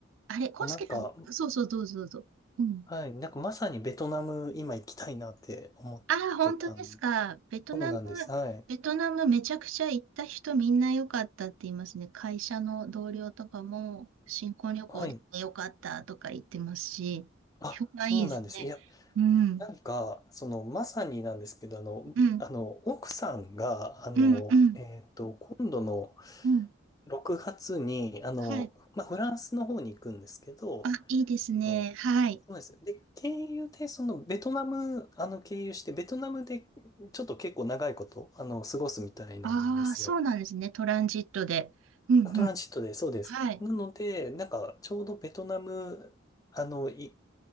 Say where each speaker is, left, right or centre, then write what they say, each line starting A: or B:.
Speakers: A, on the right; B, on the left.
A: あれ、コウスケさん、
B: あ、なんか、
A: そうそう、どうぞどうぞ。うん。
B: はい。なんかまさにベトナム今行きたいなって思ってたん
A: ああ、本当ですか。ベトナム、
B: そうなんです。はい。
A: ベトナムめちゃくちゃ行った人みんな良かったって言いますね。会社の同僚とかも新婚旅行で良かったとか言ってますし、
B: はい。あ、
A: 評判いいですね。
B: そうなんです。いや、
A: うん、
B: なんか、その、まさになんですけど、あの、
A: うん、
B: あの、奥さんが、あの、
A: うん、うん、
B: えっと、今度の
A: うん。
B: 6月に、あの、
A: はい。
B: まあ、フランスの方に行くんですけど、
A: あ、いいですね。
B: その、
A: はい。
B: そうです。で、経由で、その、ベトナム、あの、経由して、ベトナムで、ちょっと結構長いこと、あの、過ごすみたいなんですよ。
A: ああ、そうなんですね。トランジットで。うん、うん。
B: トランジットで、そうです。
A: はい。
B: なので、なんか、ちょうどベトナム、あの、い